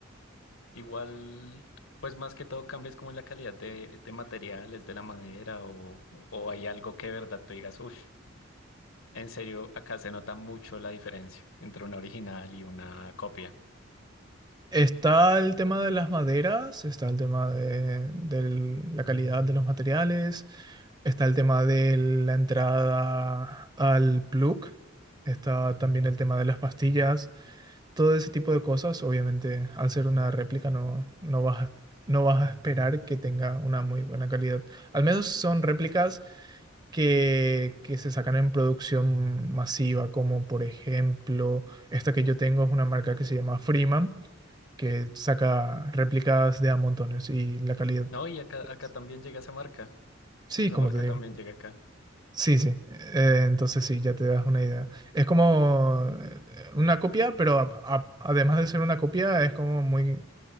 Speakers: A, on the left; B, on the right.
A: Igual, pues más que todo cambias como en la calidad de, de materiales, de la madera, o, o hay algo que de verdad tú digas, uff. En serio, acá se nota mucho la diferencia entre una original y una copia.
B: Está el tema de las maderas, está el tema de, de la calidad de los materiales, está el tema de la entrada al plug, está también el tema de las pastillas. todo ese tipo de cosas, obviamente, al ser una réplica no, no vas a, no vas a esperar que tenga una muy buena calidad. Al menos son réplicas que, que se sacan en producción masiva, como por ejemplo, esta que yo tengo es una marca que se llama Freeman, que saca réplicas de a montones y la calidad.
A: No, y acá,
B: es-
A: acá también llega esa marca.
B: Sí,
A: Esa
B: como
A: marca
B: te digo.
A: también llega acá.
B: Sí, sí. Eh, entonces sí, ya te das una idea. Es como eh, una copia, pero a- a- además de ser una copia, es como muy